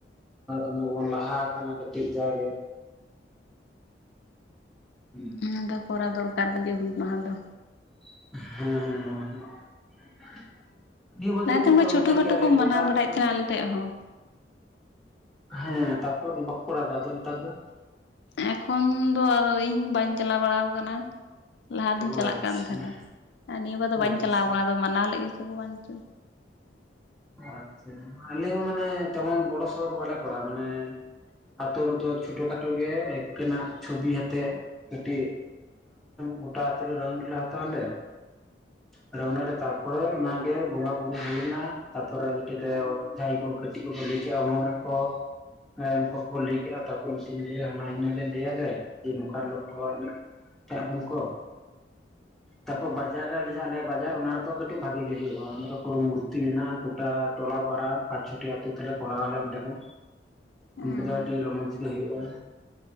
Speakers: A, in the centre; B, on the left (about 75°).
A: ᱚᱱᱮ ᱵᱚᱱ ᱞᱟᱦᱟ ᱟᱠᱟᱱᱟ ᱠᱟᱹᱴᱤᱡ ᱡᱟᱜᱮ ᱦᱩᱸ
B: ᱚᱱᱟ ᱫᱚ ᱠᱚᱨᱟᱣ ᱫᱚᱨᱠᱟᱨ ᱠᱟᱱ ᱜᱮᱭᱟ ᱦᱩᱞ ᱢᱟᱦᱟ ᱫᱚ
A: ᱦᱮᱸ ᱦᱮᱸ ᱦᱮᱸ ᱱᱤᱭᱟᱹ ᱵᱟᱨ
B: ᱞᱟᱦᱟᱛᱮ
A: ᱫᱚ ᱠᱤᱱᱛᱩ
B: ᱚᱱᱠᱟ ᱪᱷᱳᱴᱳ
A: ᱧᱮᱞ
B: ᱠᱷᱟᱴᱳ
A: ᱠᱮᱟᱞᱤᱧ
B: ᱠᱚ
A: ᱜᱚᱴᱟ
B: ᱢᱟᱱᱟᱣ ᱵᱟᱲᱟᱭᱮᱫ
A: ᱜᱮ ᱠᱚ
B: ᱛᱟᱦᱮᱱᱟ ᱟᱞᱮ ᱴᱷᱮᱡ ᱦᱚᱸ
A: ᱦᱮᱸ ᱛᱟᱨᱯᱚᱨ ᱵᱟᱠᱚ ᱠᱚᱨᱟᱣ ᱫᱟ ᱱᱮᱛᱟᱨ ᱫᱚ
B: ᱮᱠᱷᱚᱱ ᱫᱚ ᱟᱫᱚ ᱤᱧ ᱦᱚᱸ ᱵᱟᱹᱧ ᱪᱟᱞᱟᱣ ᱵᱟᱲᱟᱣ ᱠᱟᱱᱟ ᱞᱟᱦᱟ ᱫᱩᱧ
A: ᱚ
B: ᱪᱟᱞᱟᱜ
A: ᱟᱪᱪᱷᱟ
B: ᱠᱟᱱ ᱛᱟᱦᱮᱸᱱᱟ ᱟᱨ ᱱᱤᱭᱟᱹ ᱵᱟᱨ ᱫᱚ ᱵᱟᱹᱧ
A: ᱟᱪᱪᱷᱟ
B: ᱪᱟᱞᱟᱣ ᱟᱠᱟᱱᱟ ᱟᱫᱚ ᱢᱟᱱᱟᱣ ᱞᱮᱫ ᱜᱮᱪᱚ ᱠᱚ ᱵᱟᱝ ᱪᱚ
A: ᱟᱪᱪᱷᱟ ᱟᱞᱮ ᱦᱚᱸ ᱢᱟᱱᱮ ᱛᱮᱢᱚᱱ ᱵᱚᱲᱚ ᱥᱚᱲᱚ ᱫᱚ ᱵᱟᱞᱮ ᱠᱚᱨᱟᱣᱟ ᱢᱟᱱᱮ ᱟᱛᱳ ᱨᱮᱫᱚ ᱪᱷᱳᱴᱚ ᱠᱷᱟᱴᱳ ᱜᱮ ᱤᱝᱠᱟᱹᱱᱟᱜ ᱪᱷᱚᱵᱤ ᱟᱛᱮᱫ ᱜᱮ ᱠᱟᱹᱴᱤᱡ ᱜᱚᱴᱟ ᱟᱛᱳ ᱨᱮ ᱨᱟᱣᱩᱱᱰ ᱞᱮ ᱦᱟᱛᱟᱣ ᱟᱞᱮ ᱟᱨ ᱚᱱᱟ ᱨᱮ ᱛᱟᱨᱯᱚᱨᱮ ᱚᱱᱟ ᱜᱮ ᱵᱚᱸᱜᱟ ᱵᱩᱨᱩ ᱦᱩᱭᱱᱟ ᱛᱟᱯᱚᱨᱮ ᱡᱟᱦᱟᱸᱭ ᱠᱚ ᱠᱟᱹᱴᱤᱡ ᱠᱚᱠᱚ ᱞᱟᱹᱭ ᱠᱮᱜᱼᱟ ᱚᱱᱚᱲᱦᱮ ᱠᱚ ᱦᱮᱸ ᱩᱱᱠᱩ ᱠᱚ ᱞᱟᱹᱭ ᱠᱮᱜᱼᱟ ᱛᱟᱨᱯᱚᱨ ᱞᱟᱹᱭᱟ ᱦᱟᱱᱟ ᱱᱤᱭᱟᱹ ᱞᱮ ᱞᱟᱹᱭ ᱟᱞᱮ ᱡᱮ ᱱᱚᱝᱠᱟ ᱞᱚᱠᱷᱚᱱ ᱨᱤᱱᱤᱡ ᱦ <unintelligible> ᱩᱱᱠᱩ ᱛᱟᱯᱚᱨ ᱵᱟᱡᱟᱨ ᱨᱮ ᱟᱞᱮ ᱡᱟᱦᱟᱸ ᱟᱞᱮ ᱵᱟᱡᱟᱨ ᱚᱱᱟ ᱨᱮᱫᱚ ᱠᱟᱹᱴᱤᱡ ᱵᱷᱟᱜᱤ ᱜᱮ ᱦᱳᱭᱳᱜᱼᱟ ᱚᱱᱟ ᱫᱚ ᱯᱩᱨᱟ ᱢᱩᱨᱛᱤ ᱢᱮᱱᱟᱜᱼᱟ ᱜᱚᱴᱟ ᱴᱚᱞᱟ ᱯᱟᱲᱟ ᱟᱨ ᱯᱟᱸᱪ ᱪᱷᱚᱴᱤ ᱟᱛᱳ ᱛᱮᱞᱮ ᱠᱚᱨᱟᱣ ᱟᱞᱮ ᱚᱸᱰᱮ ᱫᱚ
B: ᱦᱮᱸ
A: ᱚᱸᱰᱮ ᱫᱚ ᱟᱹᱰᱤ ᱨᱚᱢᱚᱡᱽ ᱜᱮ ᱠᱚ ᱦᱩᱭᱩᱜᱼᱟ